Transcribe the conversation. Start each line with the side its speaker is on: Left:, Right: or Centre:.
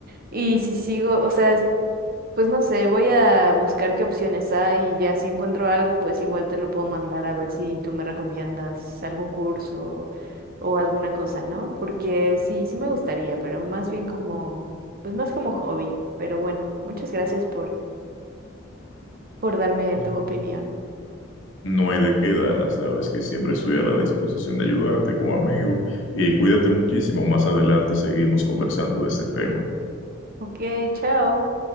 Right: y si sigo, o sea, es- pues no sé, voy a buscar qué opciones hay y ya si encuentro algo, pues igual te lo puedo mandar a ver si tú me recomiendas algún curso o alguna cosa, ¿no? Porque sí, sí me gustaría, pero más bien como, pues más como hobby. Pero bueno, muchas gracias por, por darme
Left: No,
Right: tu opinión.
Left: no hay de qué, Dana, sabes que siempre estoy a la disposición de ayudarte como amigo y cuídate muchísimo. Más adelante seguimos conversando de este tema.
Right: Ok, chao.